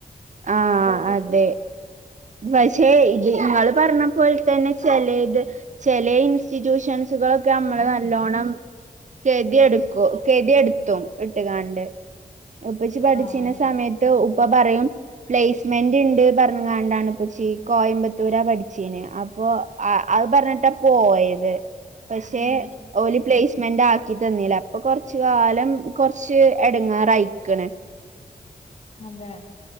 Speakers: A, on the right; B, on the left.
A: ആഹ് അതെ പക്ഷെ ഇത് നിങ്ങളൾ പറഞ്ഞ പോലെ തന്നെ ചില ത് ചെല ഇൻസ്റ്റിറ്റ്യൂഷൻസുകളൊക്കെ നമ്മള് നല്ലോണ്ണം കെതി എടുക്കും കെതി എടുത്തും ഇട്ട് കാണ്ട് ഉപച്ചി പഠിച്ചിന്ന
B: ആഹ്
A: സമയത്ത് ഉപ്പ പറയും പ്ലേസ്മെന്റ് ണ്ട് പറഞ്ഞു കാട്ട് ണ്ടാണ് പ്പച്ചി കോയമ്പത്തൂരാ പഠിച്ചിനിയെ അപ്പൊ അത് പറഞ്ഞിട്ടാ പോയത് പക്ഷെ
B: ഉം
A: ഓൽ പ്ലേസ്മെന്റ് ആ ആക്കി തന്നി ല്ല അപ്പൊ കൊറച്ച കാലം കൊറച്ച് എടങ്ങാറയിക്ണ്
B: അതെ